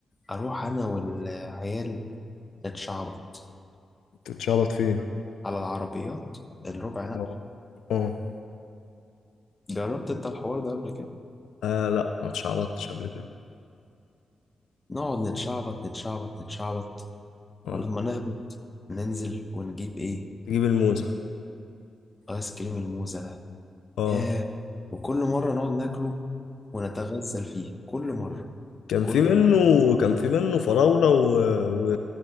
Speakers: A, on the left; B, on the left.
A: اروح انا والعيال نتشعبط
B: تتشعبط فين
A: على العربيات الربع نقل
B: اه اه
A: جربت انت الحوار ده قبل كده
B: آه، لا ما اتشعبطتش قبل كده
A: نقعد نتشعبط نتشعبط نتشعبط
B: اه
A: ولما نهبط ننزل ونجيب ايه
B: تجيب الموزة
A: ايس كريم الموزة ده
B: اه
A: ياه وكل مرة نقعد ناكله ونتغزل فيه كل مرة
B: كان
A: كل
B: في منه
A: مرة.
B: كان في منه فراولة و... و...